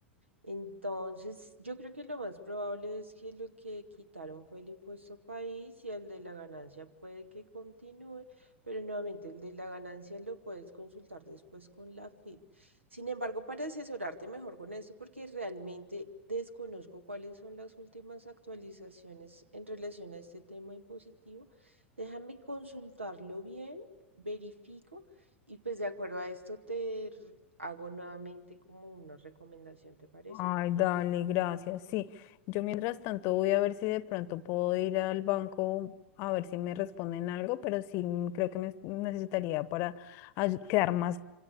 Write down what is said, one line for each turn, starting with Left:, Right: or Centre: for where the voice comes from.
Right: Entonces, yo creo que lo más probable es que lo que quitaron fue el impuesto país y el de la ganancia puede que continúe, pero nuevamente el de la ganancia lo puedes consultar después con la FIP. Sin embargo, para asesorarte mejor con esto, porque realmente desconozco cuáles son las últimas actualizaciones en relación a este tema impositivo, déjame consultarlo bien, verifico. Y pues de acuerdo a esto te r- hago nuevamente como una recomendación, ¿te parece?
Left: Ay, dale, gracias. Sí, yo mientras tanto voy a ver si de pronto puedo ir al banco a ver si me responden algo, pero sí mm, creo que me necesitaría para ay- quedar más